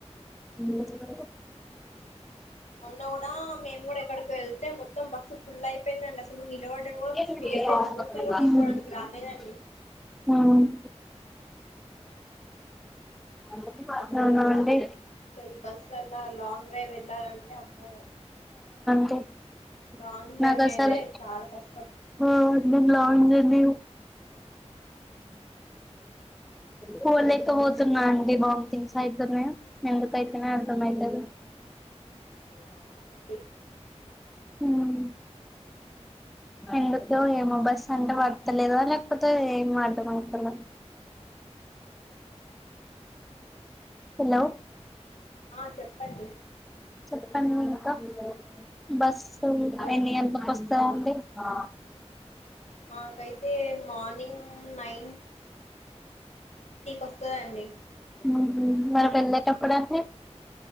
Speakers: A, in the centre; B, on the left.
A: అ
B: మొన్న కూడా మేము కూడా ఎక్కడికి వెళ్తే మొత్తం బస్సు ఫుల్ అయిపోయిందండి అసలు నిలబడ్డా కూడా స్పేస్
A: ఉం
B: లేదు ఊపిరి కూడా తీసుకోవడానికి రాలేదండి
A: అ అవునా
B: అసలు ఊరు
A: అండి
B: ఈ బస్సులల్లా లాంగ్ డ్రైవ్ వెళ్ళాలంటే అమ్మో
A: <unintelligible>
B: లాంగ్ జర్నీ
A: నాగసలు
B: అయితే చాలా కష్టం
A: ఆ నేన్ లాంగ్ జర్నీ కోల్ఎక్కే పోతున్నా అండి వామిటింగ్స్ అవుతునే ఎందుకైతునేఎ అర్థమ
B: అయ్యో
A: అయితలేదు
B: అయ్యో అవునా అండి
A: ఉం ఎందుకు ఏమో బస్ అంటే పడతలేదో లేకపోతే ఏమొ అర్ధం అయితలే హలో
B: ఆ చెప్పండి
A: చెప్పండి ఇంకా బస్
B: ఇంకా అసలు
A: ఎన్ని గంట్లకి వస్తాదండి ఆ
B: మాకైతే మార్నింగ్ నై వస్తదండి
A: ఉహు మరి మెల్ల కప్పుడా సె